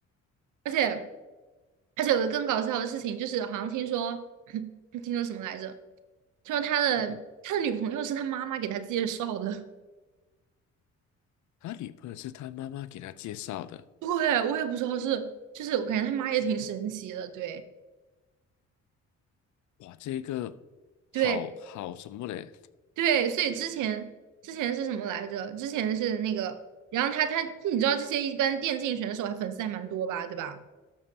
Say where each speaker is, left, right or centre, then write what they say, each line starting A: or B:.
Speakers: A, on the right (about 80°); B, on the left (about 70°).
A: 而且而且有个更搞笑的事情，就是好像听说，<clears throat> <coughs> 听说什么来着？听说他的他的女朋友是他妈妈给他介绍的。
B: 嗯哼，他女朋友是他妈妈给他介绍的。
A: <laughs> 对，我也不知道是，就是我感觉他妈也挺神奇的。对，
B: 哇，这个
A: 对，
B: 好好什么嘞？
A: 对，所以之前之前是什么来着？之前是那个，然后他他你知道这些一般电竞选手还粉丝还蛮多吧，对吧？